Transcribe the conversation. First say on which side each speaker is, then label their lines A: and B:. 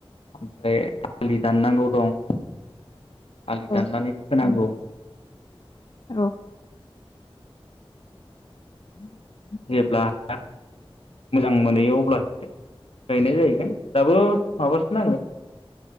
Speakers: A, on the left; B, on the left.
A: ओमफ्राय आलि दाननांगौ दं। आलि दाननानै
B: औ
A: खोनांगौ।
B: औ। <unintelligible>
A: जेब्ला <unintelligible> मोजां मोनहैयो अब्लासो गायनाय जाहैगोन दाबो माबासो नांगोन
B: औ